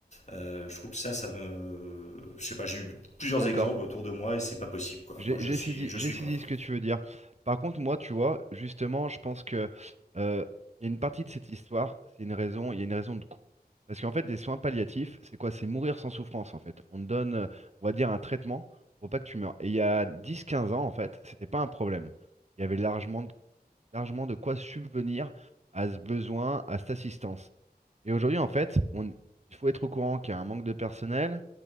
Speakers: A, on the left; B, on the right.
A: Euh, je trouve que ça, ça me, je sais pas, j'ai eu plusieurs
B: D'accord.
A: exemples autour de moi et c'est pas possible quoi.
B: J'ai
A: Moi je
B: j'ai
A: suis
B: saisi,
A: je
B: j'ai
A: suis
B: saisi
A: contre.
B: ce que tu veux dire. Par contre, moi, tu vois, justement, je pense que euh, il y a une partie de cette histoire, c'est une raison, il y a une raison de coût. Parce qu'en fait, les soins palliatifs, c'est quoi? C'est mourir sans souffrance, en fait. On te donne, euh, on va dire, un traitement pour pas que tu meurs. Et il y a dix, quinze ans, en fait, c'était pas un problème. Il y avait largement largement de quoi subvenir à ce besoin, à cette assistance. Et aujourd'hui, en fait, on- il faut être au courant qu'il y a un manque de personnel,